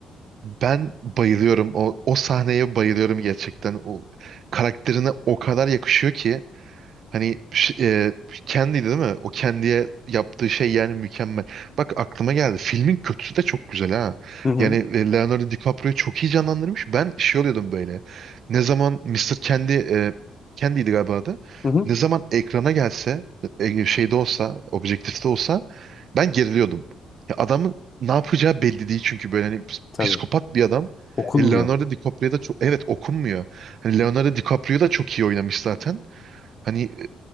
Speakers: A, on the right; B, on the left.
A: Ben bayılıyorum. O, o sahneye bayılıyorum gerçekten. O karakterine o kadar yakışıyor ki. Hani ş- e, kendiydi değil mi? O kendiye yaptığı şey yani mükemmel. Bak aklıma geldi. Filmin kötüsü de çok güzel ha.
B: Hı hı.
A: Yani e, Leonardo DiCaprio'yu çok iyi canlandırmış. Ben şey oluyordum böyle. Ne zaman Mister Kendi e, Kendi'ydi galiba adı.
B: Hı hı.
A: Ne zaman ekrana gelse, e, şeyde olsa, objektifte olsa ben geriliyordum. Ya adamın ne yapacağı belli değil çünkü böyle hani ps-
B: Tabii.
A: psikopat bir adam.
B: Okunmuyor.
A: E, Leonardo DiCaprio da çok evet okunmuyor. Hani Leonardo DiCaprio da çok iyi oynamış zaten. Hani e,